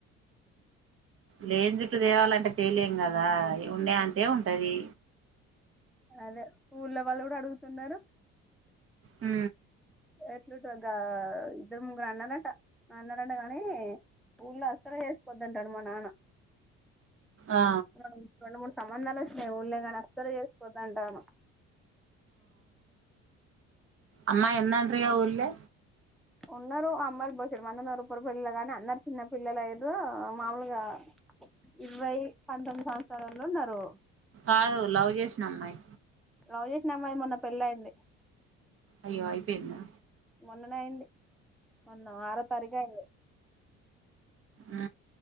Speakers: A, on the right; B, in the centre.
A: లేని చుట్టు దేవాలంటే తేలేం కదా ఉండే అంటే ఉంటది
B: అదే ఊళ్ళ వాళ్ళు కూడా అడుగుతున్నారు
A: హ
B: ఎట్లు ఇద్దరు ముగ్గురు అన్నారంట అన్నారంట కానీ ఊళ్ళో అసలు చేసిపోద్దంటాడు మా నాన్న
A: ఆ
B: ప్ర <unintelligible> సంబంధాల లే ఉఊళ గణస్తర చేసిపోతాంటను
A: అమ్మా ఎందండవుఊలే
B: ఉన్నారు అమ్మాయిలుకి పోచ్చడు మంద ఉన్నారు ఉప్పురి పిల్లలు గాని అందరు చిన్న పిల్లలు లేదు మాములుగా ఇరవై పంతొమ్మిది సంవత్సరాల్లో ఉన్నారు
A: కాదు లవ్ చేసిిన అమ్మాయి
B: లవ్ చేసిన అమ్మాయిమొన్న పెళ్ళి అయింది
A: అయ్యో అయిపోయిందా
B: మొన్ననే అయింది మొన్న ఆరో తారీఖ అయిది
A: ఆ